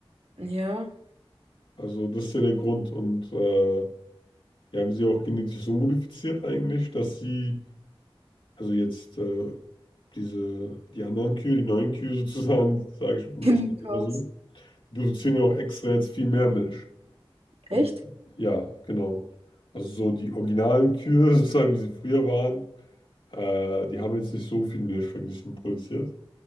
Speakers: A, on the right; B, on the left.
A: Ja.
B: Also das ist ja der Grund. Und äh, die haben sie auch genetisch so modifiziert eigentlich, dass sie, also jetzt äh, diese, die anderen Kühe, die neuen Kühe sozusagen, sage ich nicht
A: <laughs> Hindikaus.
B: immer so, die produzieren ja auch extra jetzt viel mehr Milch.
A: Echt?
B: Damit, ja, genau. Also so die originalen Kühe <laughs> sozusagen, wie sie früher waren, äh, die haben jetzt nicht so viel Milch verglichen produziert.